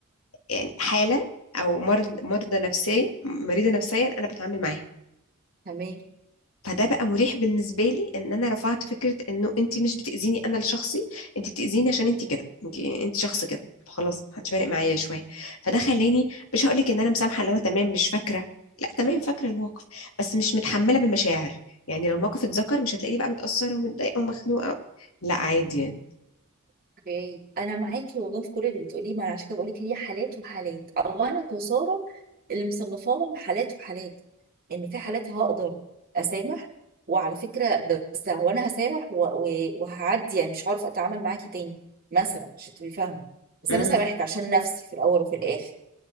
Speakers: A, on the left (about 75°); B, on the right (about 45°).
A: يعني حاله او مرض مرضى نفسيه مريضه نفسيا انا بتعامل معاها
B: تمام
A: فده بقى مريح بالنسبه لي ان انا رفعت فكره انه انت مش بتاذيني انا لشخصي انت بتاذيني عشان انت كده انت انت شخص كده خلاص محدش فارق معايا شويه فده خلاني مش هقول لك ان انا مسامحه اللي هو تمام مش فاكره لا تمام فاكره الموقف بس مش متحمله بالمشاعر يعني لو الموقف اتذكر مش هتلاقيني بقى متاثره ومتضايقه ومخنوقه لا عادي
B: اوكي أنا معاكي والله في كل اللي بتقوليه ما أنا عشان كده بقولك هي حالات وحالات أو أنا كسارة اللي مصنفاهم حالات وحالات إن في حالات هقدر أسامح وعلى فكرة بس هو أنا هسامح و... و... وهعدي يعني مش هعرف أتعامل معاكي تاني مثلا مش هتبقي فاهمة بس
A: يعني
B: أنا سامحت عشان نفسي في الأول وفي الآخر